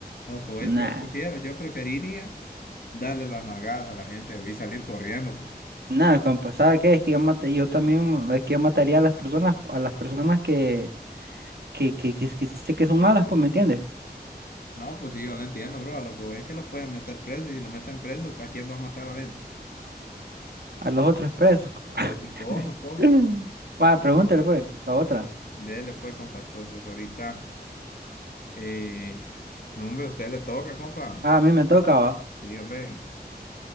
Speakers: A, on the left (about 60°); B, on the right (about 70°).
A: A lo que voy
B: Nah.
A: es que yo prefiero, yo preferiría darle las nalgadas a la gente y salir corriendo, compa.
B: Nada, compa, ¿sabe qué? Es que yo, mate- yo también, es que yo mataría a las personas, a las personas que, que, que, que, que sé que son malas, pues, ¿me entiendes?
A: No, pues sí, yo lo entiendo, bro. A lo que voy es que lo pueden meter preso y si lo meten preso, ¿a quién va a matar adentro?
B: A los otros presos, compa. <laughs>
A: Pues, ¿y cómo, compa?
B: Mm. Va, pregúntale, pues, a otra.
A: Dele, pues, compa. Entonces, ahorita. Eh, hombre, a usted le toca, compa.
B: Ah, a mí me toca, va.
A: Dígame.